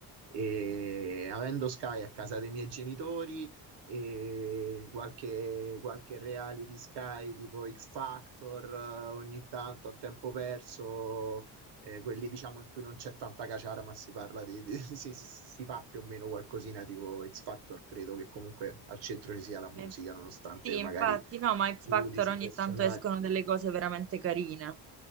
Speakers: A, on the right; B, on the right.
A: E avendo Sky a casa dei miei genitori e qualche, qualche reality Sky tipo X Factor, eh, ogni tanto a tempo perso eh, quelli diciamo in cui non c'è tanta caciara, ma si parla di, di- <laughs> si, si- si fa più o meno qualcosina tipo X Factor, credo che comunque al centro ci sia la musica,
B: eh,
A: nonostante
B: Sì,
A: magari
B: infatti, no, ma X
A: giudici,
B: Factor ogni
A: personaggi.
B: tanto escono delle cose veramente carine.